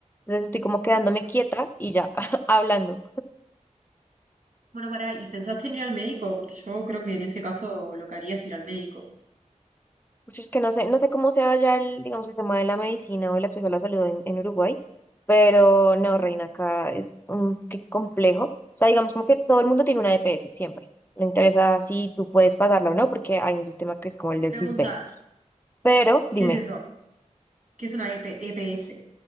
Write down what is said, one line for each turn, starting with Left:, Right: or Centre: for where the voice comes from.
Left: Entonces estoy como quedándome
Right: ok.
Left: quieta y ya, <laughs> hablando.
Right: Bueno, para, ¿y pensaste en ir al médico? Porque yo creo que en ese caso lo que haría es ir al médico.
Left: Pues es que no sé, no sé cómo sea ya el, digamos, el tema de la medicina o el acceso a la salud en, en Uruguay, pero no,
Right: Ujú.
Left: Reina, acá es un qué complejo. O sea, digamos como que todo el mundo tiene una EPS siempre. Le interesa si tú puedes pagarla o no, porque hay un sistema que es como el del
Right: Pregunta,
Left: CISBEN. Pero dime,
Right: ¿qué es eso? ¿Qué es una E E P E P S?